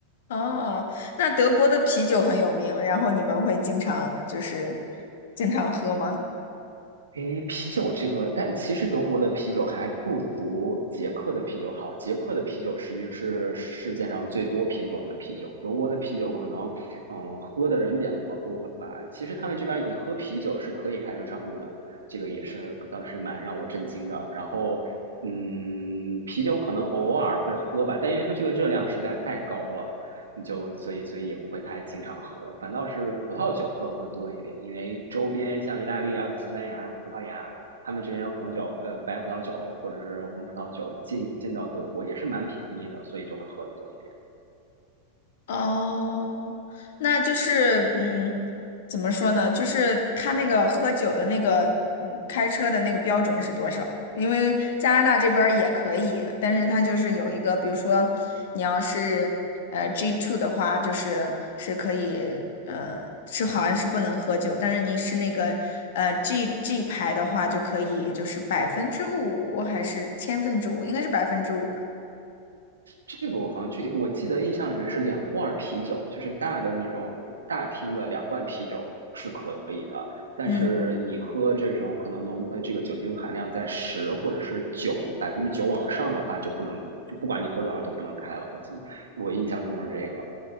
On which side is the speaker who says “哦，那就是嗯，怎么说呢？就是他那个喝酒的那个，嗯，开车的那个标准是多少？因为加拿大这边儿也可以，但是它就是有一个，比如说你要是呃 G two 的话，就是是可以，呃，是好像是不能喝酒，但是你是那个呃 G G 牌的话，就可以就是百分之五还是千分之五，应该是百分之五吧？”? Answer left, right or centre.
Left